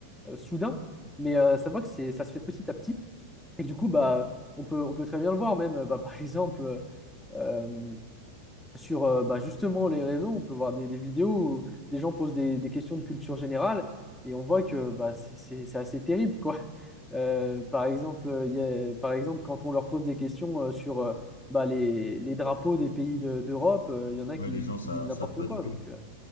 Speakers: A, in the centre; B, on the left.
A: euh, soudain, mais euh, ça va que c'est, ça se fait petit à petit et que du coup, bah, on peut, on peut très bien le voir même, euh, bah, <laughs> par exemple. euh, sur euh, bah, justement les réseaux, on peut voir des, des vidéos où des gens posent des, des questions de culture générale et on voit que bah, c'est c'est- c'est assez terrible, quoi. <laughs> Euh, par exemple, euh, il y a- par exemple, quand on leur pose des questions euh, sur euh, bah, les, les drapeaux des pays de- d'Europe, euh, il y en a
B: Ouais,
A: qui,
B: les gens, ça,
A: qui disent n'importe
B: savent pas
A: quoi.
B: du tout.
A: Donc, euh,